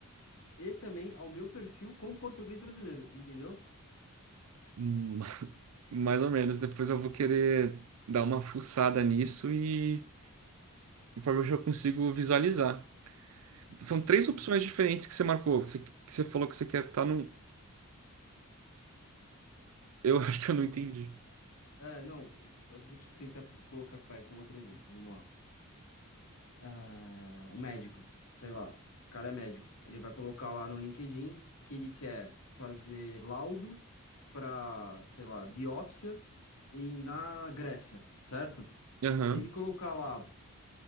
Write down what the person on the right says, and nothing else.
Hum, Mais ou menos. Depois eu vou querer dar uma fuçada nisso e. para ver se eu consigo visualizar. São três
opções diferentes que você marcou. que Você, que você falou que você quer estar num. Eu <laughs> acho que
eu não entendi.
Aham.